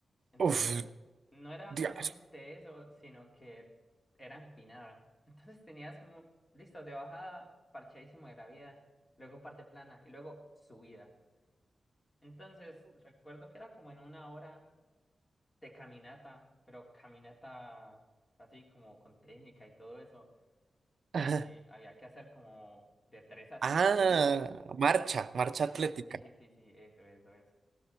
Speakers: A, on the left; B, on the right.
A: Entonces,
B: Uf,
A: no era
B: Dios.
A: solamente eso, sino que era empinada. <laughs> Entonces tenías, mu- listo, de bajada, parchadísimo de la vida, luego parte plana y luego subida. Entonces, recuerdo que era como en una hora de caminata, pero caminata así como con técnica y todo eso. Eh,
B: <laughs>
A: había que hacer como de tres a
B: Ah,
A: cinco vueltas.
B: marcha, marcha
A: Epa,
B: atlética.
A: sí, sí, sí, sí, eso, eso, eso.